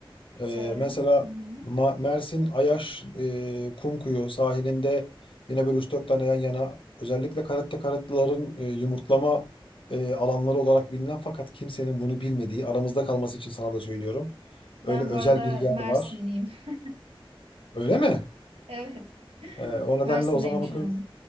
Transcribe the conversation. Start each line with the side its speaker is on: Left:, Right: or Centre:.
Right: Güzel.
Left: Ee, mesela
Right: Hı hı.
Left: Ma- Mersin Ayaş e, Kumkuyu sahilinde yine böyle üç dört tane yan yana özellikle karette karatlıların e, yumurtlama e, alanları olarak bilinen fakat kimsenin bunu bilmediği aramızda kalması için sana da söylüyorum.
Right: Ben
Left: Öyle özel
Right: bu arada
Left: bir yer
Right: Mersinliyim.
Left: var.
Right: <laughs>
Left: Öyle mi?
Right: Evet. <laughs>
Left: Ee, o nedenle
Right: Mersin'deyim
Left: o zaman
Right: şu
Left: o kız,
Right: anda.